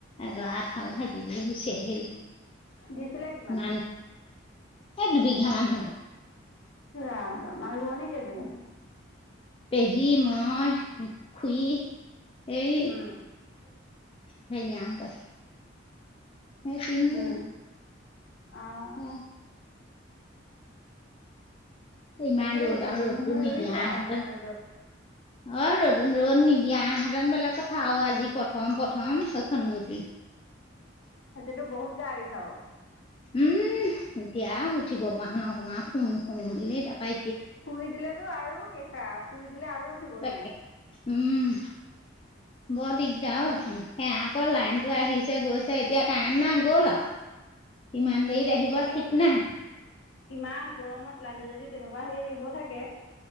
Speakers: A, on the left; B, on the left.
A: এডৰা এফাল থাকিলে গুচি আহিলো।
B: দিছিলে কিমান।
A: ইমান এই দুবিঘা মান হব
B: ৰাম ৰাম আৰু এনে ৰোৱনি কেইজনী।।
A: পেহী মই খুই এই।
B: উম।
A: সেইয়া হাতত সেই তিনদিন।
B: উম, অ।
A: উম। ইমান
B: তাকে
A: ৰ'দ
B: তিনজনী
A: আৰু ৰ'দটো
B: মানুহে
A: নিদিয়া
B: ৰুইছে
A: হাতত।
B: আৰু ইমান ৰ'দত
A: অ ৰ'দ ৰ'দ নিদিয়া হেঁতেন বেলেগ কথা আও আজি প্ৰথম প্ৰথম সেখন গতি।
B: তাকেটো বহুত গাৰি খাও।
A: উম এতিয়া উঠিব পৰা ন অকণাৰ শুওঁ শুওঁ বুলি তাপা।
B: শুই দিলেতো আৰু শেষ শুই দিলে আৰু উঠিব
A: তাকে
B: নোৱাৰে।
A: উম।
B: <unintelligible>
A: বৰ দিগদাৰ অ এইখন আকৌ লাইনটো আহিছে গৈছে এতিয়া কাৰেণ্ট নাই গ'ল আৰু।
B: <unintelligible>
A: ইমান দেৰিত আহিব
B: তাকে
A: ঠিক নাই।
B: ইমান গৰমত লাইনটো যদি তেনেকুৱা হেৰী হৈ থাকে।